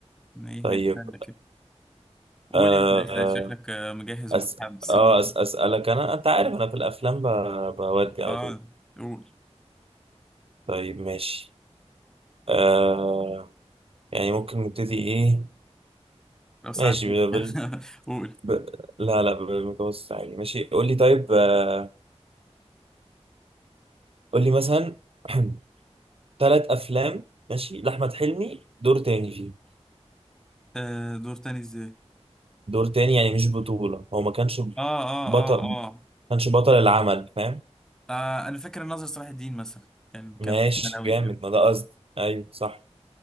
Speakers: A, in the centre; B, on the right.
A: إن ايه
B: طيب
A: نتسلى كده قول
B: آه
A: انت اسأل شكلك آه، مجهز
B: أس...
A: ومتحمس
B: آه
A: قول
B: أس... اسالك انا انت عارف انا في الافلام ب... بودي على
A: اه
B: طول
A: قول
B: طيب ماشي آه يعني ممكن نبتدي ايه
A: لو ساعات
B: ماشي بال...
A: <laughs> قول
B: ب... لا لا بالمتوسط عادي ماشي قول لي طيب آه، قول لي مثلا <clears throat> ثلاث افلام ماشي لاحمد حلمي دور تاني فيه
A: آه دور تاني ازاي
B: دور تاني يعني مش بطولة هو ما كانش
A: آه, اه
B: بطل
A: اه
B: ما
A: اه
B: كانش بطل العمل فاهم
A: اه انا فاكر الناظر صلاح الدين مثلا كان
B: ماشي
A: كان ثانوي
B: جامد
A: كده
B: ما ده قصدي ايوه صح